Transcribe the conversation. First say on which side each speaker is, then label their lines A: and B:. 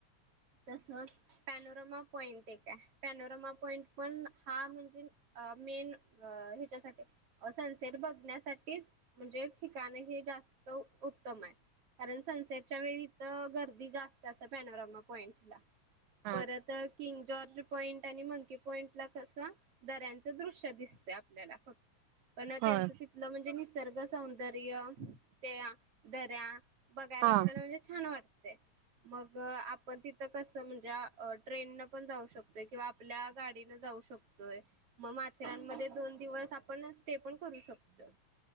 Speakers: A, on the right (about 50°); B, on the right (about 80°).
A: तसंच पॅनोरमा पॉइंट एक आहे पॅनोरमा पॉइंट पण हा म्हणजे अ मेन अ ह्याच्यासाठी अ सनसेट बघण्यासाठीच म्हणजे ठिकाणे ही जास्त उत्तम आहे. कारण सनसेटच्या वेळी तर गर्दी जास तसं पॅनोरामा पॉइंटला
B: हां.
A: परत किंग जॉर्ज पॉईंट आणि मंकीे पॉईंट ला कस दऱ्यांचं दृश्य दिसतयं आपल्याला फक्त पण
B: होय.
A: त्यांचं तिथलं म्हणजे निसर्ग सौंदर्य त्या दऱ्या बघायला
B: हां,
A: आपल्याला म्हणजे छान वाटतयं मग आप पण तिथं कस म्हणजे ट्रेन न पण जाऊ शकतोय किंवा आपल्या गाडीनं जाऊ शक तोय मग माथेररानमध्ये दोन दिवस आपण स्टे पण करू शकतोय.